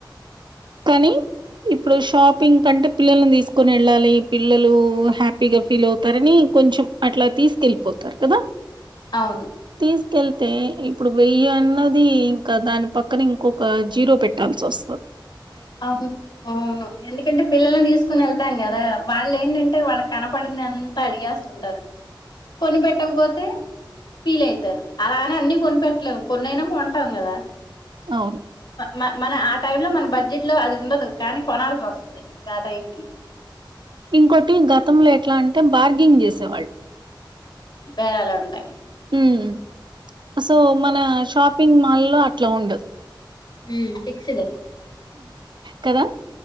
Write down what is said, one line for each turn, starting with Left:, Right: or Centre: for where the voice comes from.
Right: కానీ ఇప్పుడు షాపింగ్ కంటే పిల్లల్లను తీసుకొని వెళ్ళాలి పిల్లలు హ్యాపీగా ఫీల్ అవుతారని కొంచెం అట్లా తీసుకెళ్ళిపోతారు కదా
Left: అవును
Right: తీసుకెళ్తే ఇప్పుడు వెయ్యి అన్నది ఇంకా దాని పక్కన ఇంకొక జీరో పెట్టాల్సి వస్తుంది
Left: అవును అవును ఎందుకంటే పిల్లల్ని తీసుకుని వెళ్త కొంటాం కదా వాళ్ళు ఏంటంటే వాళ్ళకి కనపడింది అంతా అడిగేస్తుంటారు కొనిపెట్టకపోతే ఫీల్ అయితారు అలానే అన్ని కొనిపెట్టలేము కొన్నియినా కొంటాం కదా
Right: అవును
Left: మ మన ఆ టైం లో మనం బ జిట్లో అది ఉండదు కానీ కొనాల్సి వస్తుంది ఇంక ఆటైమ్కీ
Right: ఇంకోటి గతంలో ఎట్లా అంటే బార్గెంగ్ చేసేవాళ్ళు
Left: బేరాలుంటై
Right: హ్మ్ సో మన షాపింగ్ మాల్ లో అట్లా ఉండదు
Left: హ్మ్ ఫిక్స్డ్
Right: కదా